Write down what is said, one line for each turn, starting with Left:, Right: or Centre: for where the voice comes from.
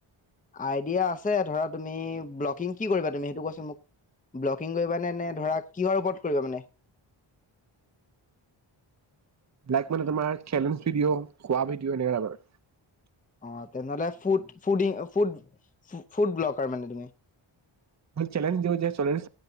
Left: আইডিয়া আছে ধৰা তোমি ব্লকিং কি কৰিবা তোমি হেই টো কোৱাচোন মোক বল্লকিং কৰিবা নে ধৰা কিহৰ ওপৰত কৰিবা মানে।
Right: ব্লেক মানে, তোমাৰ খেমিনিচ ভিডিঅ' খোৱা ভিডিঅ' এনেকাৰ।
Left: অ তেনেহলে ফুট ফুদিঙফ ফুট ফুট বল্লকাৰ মানে
Right: ভ চেলেঞ্জ দিওঁ যে চেলেঞ্জ।